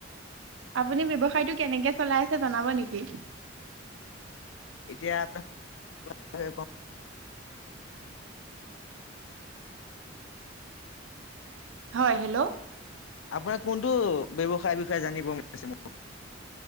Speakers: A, on the right; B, on the left.
A: আপুনি ব্যৱসায়টো কেনেকে চলাই আছে জনাব নিকি
B: এতিয়াত হয় ক
A: হয় হেল্ল'
B: আপোনাৰ কোনটো ব্যৱসায়ৰ বিষয়ে জানিব মন আছে মো